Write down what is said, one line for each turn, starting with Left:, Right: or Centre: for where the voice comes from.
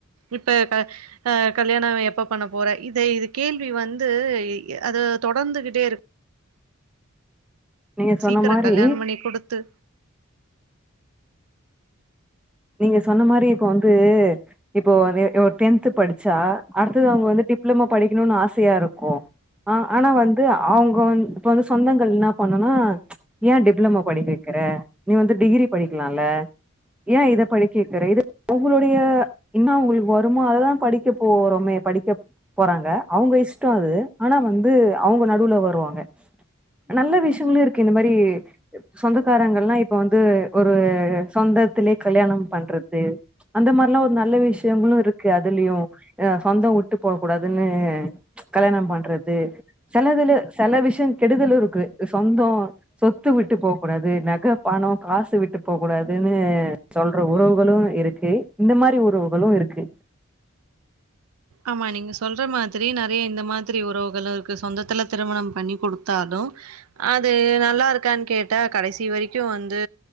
Right: இப்ப க ஆ கல்யாணோ எப்ப பண்ண போற இத இது கேள்வி வந்து எ யே அது தொடர்ந்துகிட்டே இரு
Centre: நீங்க சொன்ன
Right: சீக்கிரோ
Centre: மாரி
Right: கல்யாணம் பண்ணி குடுத்து
Centre: நீங்க சொன்ன மாரி இப்ப வந்து இப்போ இது ஆ டென்த்து படிச்சா அடுத்தது அவங்க வந்து டிப்ளமோ படிக்கணுன்னு ஆசையா இருக்கு ஆ ஆனா வந்து அவங்க வந் இப்ப வந்து சொந்தங்கள் இன்னா பண்ணுன்னா யேன் டிப்ளமோ படிக்க வெக்கிற நீ வந்து டிகிரி படிக்கலா இல்ல ஏன் இத படிக்க வெக்கிற இது உங்களுடைய இன்னா உங்களுக்கு வருமோ அததா படிக்க போறோமே படிக்க போறாங்க அவங்க இஷ்டோ அது ஆனா வந்து அவங்க நடுவுல வருவாங்க அ நல்ல விஷயங்களு இருக்கு இந்த மாரி சொந்த க்காரங்கல்லா இப்ப வந்து ஒரு சொந்தத்திலயே கல்யாணம் பண்றது அந்த மாரிலா ஒரு நல்ல விஷயங்களு இருக்கு அதுலயு ஆ சொந்தோ உட்டு போக கூடாதுன்னு கல்யாண, பண்றது செலதுல செல விஷயங் கெடுதலு இருக்கு அ சொந்தோ சொத்து விட்டு போகக் கூடாது நக பணோ காசு விட்டு போகக் கூடாதுன்னு சொல் ற உறவுகளு இருக்கு இந்த மாரி உறவுகளு இருக்கு
Right: ஆமா நீங்க சொல்ற மாதிரி நெறைய இந்த மாதிரி உறவுகளு இருக்கு சொந்தத்துல திருமணம் பண்ணி குடுத்தாலு அது நல்லா இருக்கான்னு கேட்டா கடைசி வரைக்கு வந்து